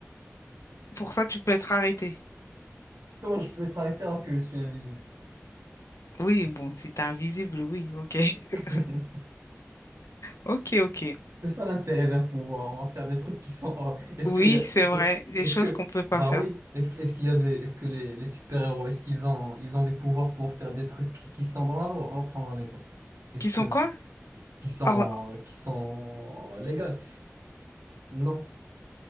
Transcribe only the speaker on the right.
Comment je peux être arrêté alors que je suis invisible?
<laughs>
C'est ça l'intérêt d'un pouvoir. On va faire des trucs qui sont. hors- Est-ce
qu'il y a...
est-ce...
est-ce
que.
Bah
oui. Est-ce que- est-ce qu'il y a des. Est-ce que les, les super-héros, est-ce qu'ils ont... Ils ont des pouvoirs pour faire des trucs qui qui sont dans la loi? On va prendre un exemple. Est-ce
que.
Qui sont.
Qui sont légales? Non,